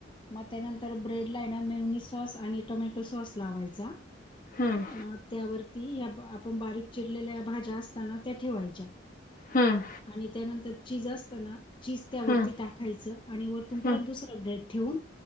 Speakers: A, on the left; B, on the left.
A: मग त्यानंतर ब्रेड ला आहे ना मेवनी सॉस आणि टोमॅटो सॉस लावायचा.
B: हम्म
A: म त्यावरती आप आपण बारीक चिरलेल्या भाज्या असताना त्या ठेवायच्या.
B: हम्म
A: आणि त्यानंतर चीज असत ना चीज त्यावरती
B: हम्म
A: टाकायचं आणि वर तुम''--''
B: हम्म
A: परत दुसरंप डेट ठेवून